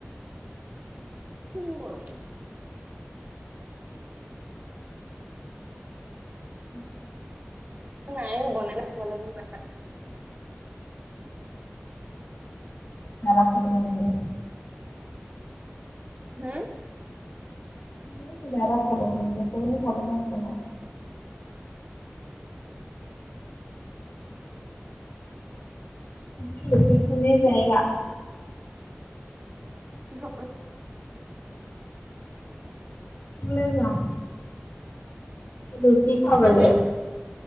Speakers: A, on the right (about 40°); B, on the left (about 65°).
A: গৰম।
B: <unintelligible>
A: নাই অ' বনাই লৈছো।
B: <unintelligible>
A: হুম।
B: এই কিবা এটা খাব মন গৈছে, এই খাবলে একো নাই। মে অভি ৰুটি খানে যায় গা।
A: কি হ'ব।
B: ক'লে যাও? ৰুটি খাবলৈ।
A: হে হে